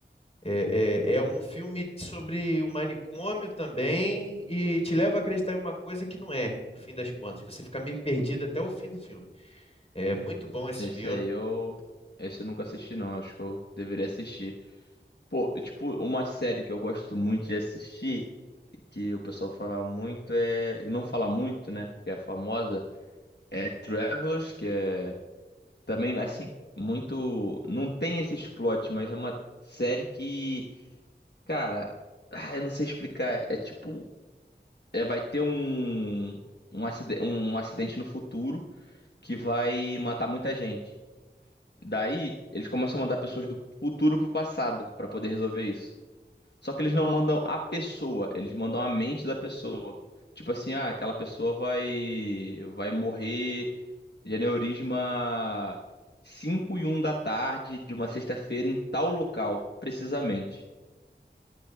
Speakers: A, on the left (about 35°); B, on the left (about 65°).
A: É, é, é um filme sobre um manicômio também e te leva a acreditar em uma coisa que não é, no fim das contas. Você fica meio perdido até o fim do filme. É muito bom esse
B: Esse
A: filme.
B: aí eu. Esse eu nunca assisti, não. Acho que eu deveria assistir. Pô, tipo, uma série que eu gosto muito de assistir, que o pessoal fala muito, é. Não fala muito, né? Que é famosa. É Travelers, que é Também, assim, muito. Não tem esse plot, mas é uma série que, cara, ah, eu não sei explicar. É tipo. É, vai ter um, um, acide- um acidente no futuro que vai matar muita gente. Daí, eles começam a mandar pessoas do futuro pro passado pra poder resolver isso. Só que eles não mandam a pessoa, eles mandam a mente da pessoa. Tipo assim, ah, aquela pessoa vai vai morrer de aneurisma 5 e um da tarde de uma sexta-feira em tal local, precisamente.